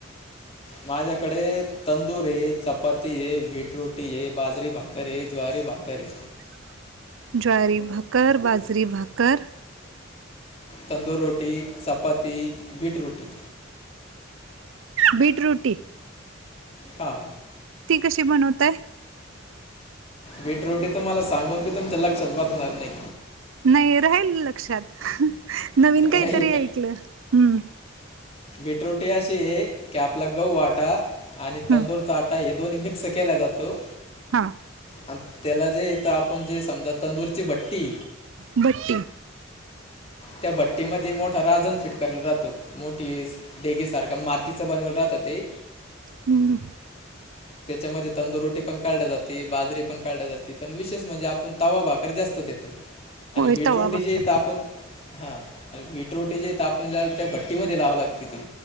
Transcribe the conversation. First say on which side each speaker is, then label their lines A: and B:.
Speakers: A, on the left; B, on the right.
A: माझ्याकडे तंदूर आहे, चपाती आहे, वीट रोटी आहे बाजरी भाकर आहे, ज्वारी भाकर आहे.
B: ज्वारी भाकर, बाजरी भाकर
A: तंदूर रोटी, चपाती, बीट रोटी.
B: बीट रोटी
A: हां.
B: ती कशी बनवताय?
A: बीट रोटी तुम्हाला सांगून बी तुमच्या लक्षात बसणार नाही.
B: नाही राहील लक्षात नवीन
A: राहील
B: काहीतरी ऐकलं हम्म.
A: विट रुटी अशी आहे की आपला गह वाटा आणि
B: हम्म.
A: तंदुर ताट. त हे दोन्ही मिक्स केल्या जातो.
B: हा.
A: आणि त्याला जे इथ आपण जे समजा तंदूरची भट्टी.
B: भट्टी.
A: त्या भट्टी मध्ये मोठा राजन फिट करायला राहतो मोठी डेगेसारखा माती. तिचं बनवल राहतं ते.
B: हम्म.
A: <inaudible> त्याच्यामध्ये तंदुरोटी पण काढल्या जाते, बाजरी पण काढल्या जाते पण विशेष म्हणजे आपण तवा भाकर जास्त देतो. आणि
B: होय
A: वीट
B: तवा
A: रोटीची
B: भाकर
A: इथ आपण. हा आणि वीट रोटी जे तापण त्या भट्टी म लावं लागते ती.